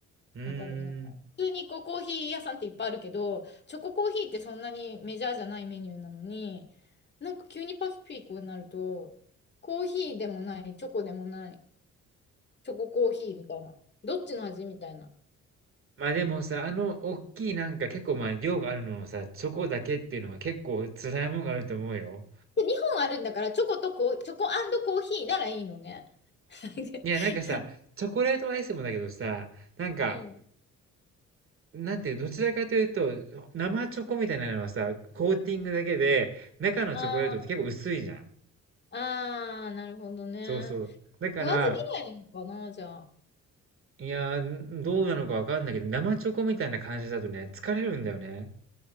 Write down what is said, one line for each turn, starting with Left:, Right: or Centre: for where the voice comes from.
Right: うー
Left: わかるなんか普通にこうコーヒー屋さんっていっぱいあるけど、
Right: ん。
Left: チョココーヒーってそんなにメジャーじゃないメニューなのに、なんか急にパピーコになると、コーヒーでもない、チョコでもない、チョココーヒーみたいな、どっちの味みたいな。
Right: ま、でもさ、あのおっきいなんか結構、ま、量があるのをさ、チョコだけっていうのは結構辛いもんがあると思うよ。
Left: で、2本あるんだから、チョコとコー、チョココーヒーならいいのね。<laughs>
Right: いや、なんかさ、チョコレートアイスもだけどさ、なんか、
Left: うん。<laughs>
Right: なんていう、どちらかというと、生チョコみたいなのはさ、コーティングだけで、中のチョコレートって結構薄いじゃん。
Left: ああ、ああ、なるほどね。
Right: そうそう。だから、
Left: 食わず嫌いなのかな、じゃあ。
Right: いや、ん、どうなのかわかんないけど、生チョコみたいな感じだとね、疲れるんだよね、